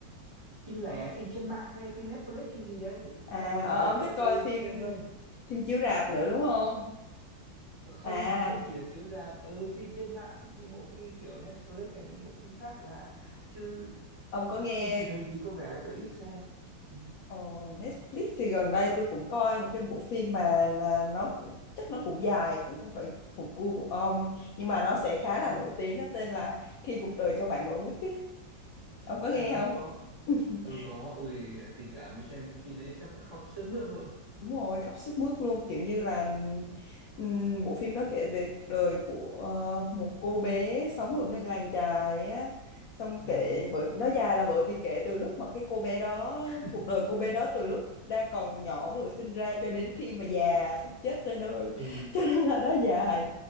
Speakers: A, on the right (about 20°); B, on the left (about 90°).
A: phim lẻ phim trên mạng hay phim Netflix hay gì đấy
B: à
A: bà có
B: ờ,
A: thể giới
B: ông
A: thiệu
B: thích coi
A: tôi
B: phim
A: xem với
B: phim chiếu rạp nữa đúng không
A: không
B: à
A: không chỉ là chiếu rạp ừ phim trên mạng như bộ phim kiểu Netflix hay những bộ phim khác chẳng hạn chứ
B: ông có nghe
A: phim truyền hình thì có vẻ là tôi ít xem ừ
B: ờ, Netflix thì gần đây tôi cũng coi một cái bộ phim mà là nó cũng chắc nó cũng dài cũng không phải thuộc gu của ông nhưng mà nó sẽ khá là
A: ừ
B: nổi tiếng nó tên là Khi cuộc đời cho bạn quả quýt ấy. ông có nghe
A: ừ
B: không
A: có
B: <laughs>
A: tôi có ui tình cảm đi xem cái phim đấy chắc là khóc sướt mướt luôn
B: Đúng rồi, khóc sướt mướt luôn, kiểu như là ừm, bộ phim đó kể về cuộc đời của ờ, một cô bé sống ở bên làng chài á. Xong
A: ừ
B: kể bởi nó dài là bởi vì kể từ lúc mà cái cô bé đó,
A: <laughs>
B: cuộc đời cô bé đó từ lúc đang còn nhỏ vừa sinh ra cho đến khi mà già sắp chết tới nơi.
A: ừ
B: <laughs> Cho nên là nó dài.